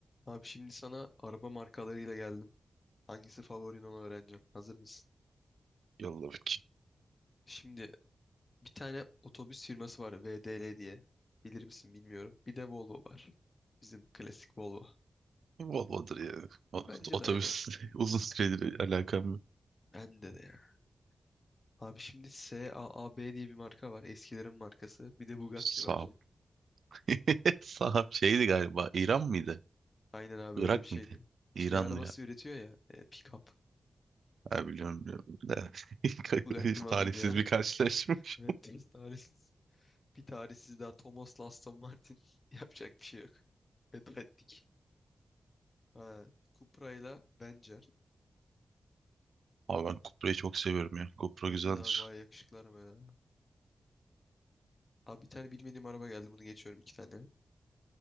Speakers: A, on the left; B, on the right.
A: Abi şimdi sana araba markalarıyla geldim. Hangisi favorin onu öğreneceğim. Hazır mısın?
B: Yolla bakayım.
A: Şimdi bir tane otobüs firması var VDL diye. Bilir misin bilmiyorum. Bir de Volvo var. Bizim klasik Volvo.
B: Volvo'dur ya. O-
A: Bence
B: Otobüs
A: de aynen.
B: <laughs> uzun süredir alakam yok.
A: Bende de ya. Abi şimdi S A A B diye bir marka var. Eskilerin markası. Bir de Bugatti
B: Saab.
A: var.
B: <laughs> Saab şeydi galiba. İran mıydı?
A: Aynen abi
B: Irak
A: öyle bir şeydi.
B: mıydı? İranlı
A: Şey arabası
B: ya.
A: üretiyor ya. E, pick-up.
B: Ha, biliyorum biliyorum. Da. <laughs>
A: Bugatti mi alayım
B: Talihsiz
A: ya? <laughs>
B: bir karşılaşma. <laughs>
A: Evet tarihsiz. Bir tarihsiz daha Thomas'la Aston Martin. <laughs> Yapacak bir şey yok. Veda ettik. Ha, Cupra ile Benzer.
B: Abi ben Cupra'yı çok seviyorum ya. Cupra
A: Bence
B: güzeldir.
A: de abi bayağı yakışıklı araba ya. Abi bir tane bilmediğim araba geldi. Bunu geçiyorum iki tane.